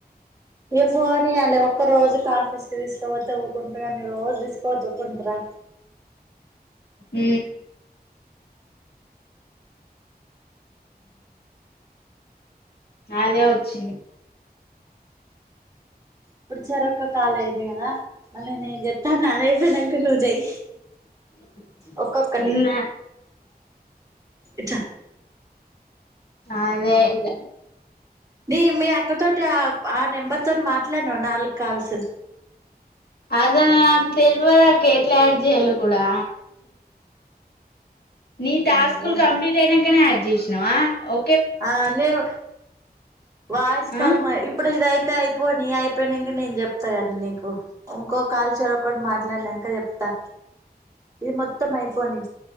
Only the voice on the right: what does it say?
ఇ ఫోన్ ఇయ్యాలి ఒక్క రోజుకి ఆఫీస్ కి తీసుకోపోతే తవఊ్కుంటారు కాని రోజు తీసుకో తవ్వుకుంటారా
ఇప్పుడు సరక్క కాల అయింది కదా మళ్ళీ నేను చెప్తాను అదపోనాక నువ్వు చెయి
ఒక్కొక్కటి
ఇట్
నీ మీ అక్కతోటి ఆ ఆ నెంబర్ తోటి మాట్లాడనా నాలుగు కాల్స్
అయ్యో
ఆ నేను వాయిస్
కాల్ మ ఇప్పుడు ఇయి అ అయిపో న అయిపోయినాక నేను చెప్తాగానీ నీ ఇంకోక కాలుచర ఒకటి మా ఇట్లాంక చెప్తా ఇది మొత్తం అయిపోని